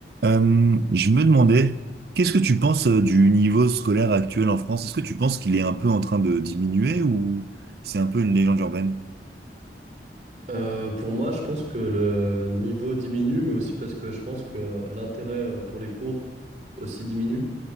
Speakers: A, on the right (about 60°); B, on the right (about 40°).
A: Euh, je me demandais, qu'est-ce que tu penses euh, du niveau scolaire actuel en France? Est-ce que tu penses qu'il est un peu en train de diminuer ou c'est un peu une légende urbaine?
B: Euh, pour moi, je pense que le niveau diminue, mais aussi parce que je pense que l'intérêt euh, pour les cours aussi diminue.